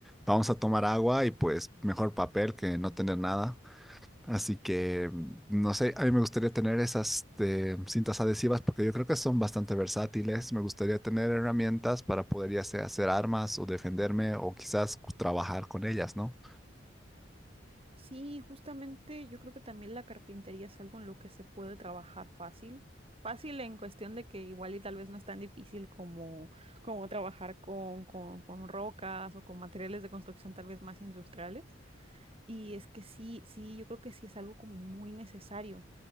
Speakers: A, in the centre; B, on the right (about 30°).
A: vamos a tomar agua y pues mejor papel que no tener nada. Así que, mm, no sé, a mí me gustaría tener esas este, cintas adhesivas porque yo creo que son bastante versátiles. Me gustaría tener herramientas para poder ya sea hacer armas o defenderme o quizás trabajar con ellas, ¿no?
B: Sí, justamente yo creo que también la carpintería es algo en lo que se puede trabajar fácil. Fácil en cuestión de que igual y tal vez no es tan difícil como, como trabajar con, con, con rocas o con materiales de construcción tal vez más industriales. Y es que sí, sí, yo creo que sí es algo como muy necesario.